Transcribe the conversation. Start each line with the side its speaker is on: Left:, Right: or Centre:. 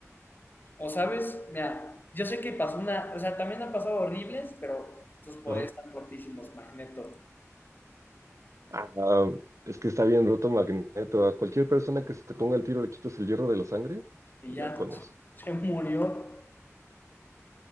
Left: O sabes, mira, yo sé que pasó una, o sea, también han pasado horribles, pero sus poderes
Right: Ajá.
Left: están rotísimos, Magneto.
Right: Ah, ah, es que está bien roto Magneto. A cualquier persona que se te ponga el tiro le quitas el hierro de la sangre.
Left: Y
Right: Ya
Left: ya,
Right: con eso.
Left: <laughs> se murió.